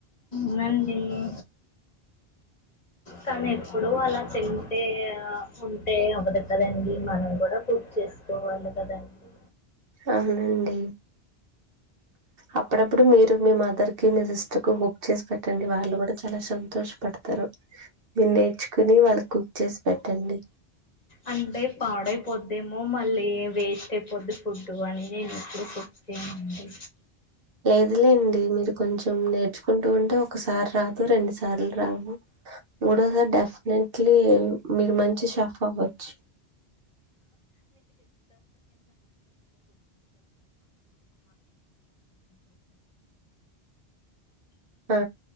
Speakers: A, on the left; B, on the right.
A: ఊ నన్ జేయానీ కానీ ఎప్పుడు అలా తింటే ఉంటే అవ్వదు కదండి మనం కూడా కుక్ చేసుకోవాలి కదండీ
B: అవునండి అప్పుడప్పుడు మీరు మీ మదర్ కి మీ సిస్టర్ కు బుక్ చేసి పెట్టండి వాళ్ళు కూడా చాలా సంతోషపడతారు మీరు నేర్చుకుని వాళ్ళు కుక్ చేసి పెట్టండి
A: అంటే పాడైపోదమో మళ్ళీ వేస్ట్ అయిపోద్ది ఫుడ్డు అని నేను ఎప్పుడు ఫుడ్ చేయనండి
B: లేదులేండి మీరు కొంచెం నేర్చుకుంటూ ఉంటే ఒకసారి రాదు రెండు సార్లు రావు మూడో సారి డెఫినెట్లీ మీరు మంచి షాఫ్ అవ్వచ్చు ఆ